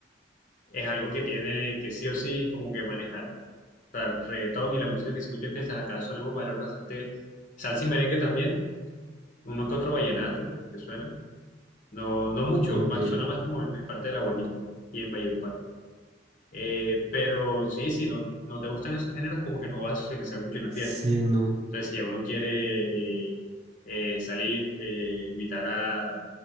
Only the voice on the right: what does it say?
Ok,
sí, no,